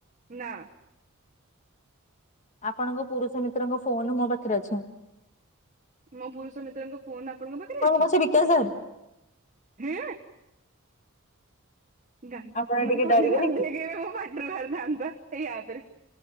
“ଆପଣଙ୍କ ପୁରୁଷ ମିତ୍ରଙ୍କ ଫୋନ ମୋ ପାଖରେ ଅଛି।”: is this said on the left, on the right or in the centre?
Left